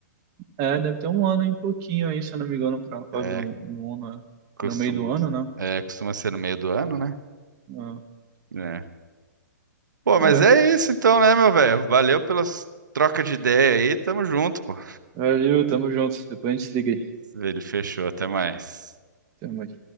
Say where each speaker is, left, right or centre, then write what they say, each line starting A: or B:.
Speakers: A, on the right (about 35°); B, on the right (about 80°).
A: É, deve ter um ano e pouquinho aí, se eu não me engano, pra Fábio
B: É,
A: um, um ano, né?
B: Costuma,
A: no meio do ano, né?
B: é, costuma ser no meio do ano, né?
A: Ah,
B: É. Pô,
A: vamos
B: mas é
A: ver.
B: isso então, né, meu velho? Valeu pelas trocas de ideia aí. Tamo junto, pô.
A: Valeu, tamo junto. Depois a gente se liga aí.
B: Ele fechou. Até mais.
A: Até mais.